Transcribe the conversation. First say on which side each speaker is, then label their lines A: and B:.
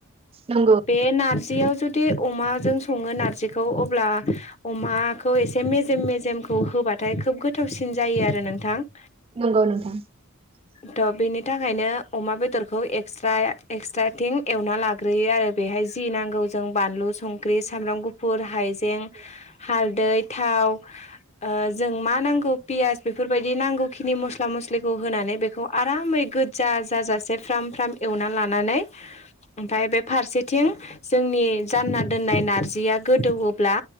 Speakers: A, on the right; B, on the left.
A: नंगौ
B: बे नारजियाव जुदि अमाजों संङो नारजिखौ अब्ला अमाखौ एसे मेजेम मेजेमखौ होबाथाय खोब गोथावसिन जायो आरो नोंथां
A: नंगौ <inaudible>
B: थ' बिनि थाखायनो अमा बेदरखौ एक्सट्राथिं एवना लाग्रोयो आरो बेहाय जि नांगौ जों बानलु संख्रि सामब्राम गुफुर हायजें हा हालदै थाव ओ जों मा नांगौ पियास बेफोरबायदि नांगौखिनि मस्ला मस्लिखौ होनानै बेखौ बेखौ आरामै गोजा जाजासे फ्राम फ्राम एवना लानानै ओमफफ्राय बे फारसेथिं जोंनि जानना दोननाय नारजिया गोदौ ब्ला